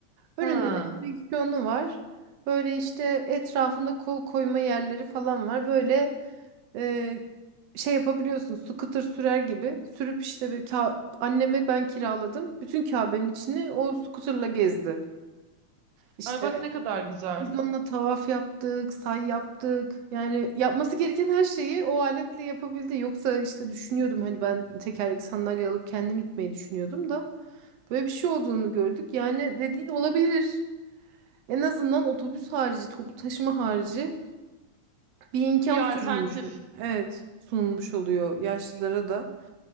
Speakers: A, on the right; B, on the right.
A: Önünde
B: Ha.
A: de bir direksiyonu var. Böyle işte etrafında kol koyma yerleri falan var. Böyle e, şey yapabiliyorsun scooter sürer gibi. Sürüp işte bir ka- anneme ben kiraladım. Bütün Kabe'nin içini o scooterla gezdi. İşte
B: Ay bak ne kadar güzel.
A: biz onunla tavaf yaptık, say yaptık. Yani yapması gereken her şeyi o aletle yapabildi. Yoksa işte düşünüyordum hani ben tekerlekli sandalye alıp kendim itmeyi düşünüyordum da böyle bir şey olduğunu gördük. Yani dediğin olabilir. En azından otobüs harici, toplu taşıma harici bir imkan
B: Bir
A: sürülmüş.
B: alternatif.
A: oluyor. Evet, sunulmuş oluyor yaşlılara da.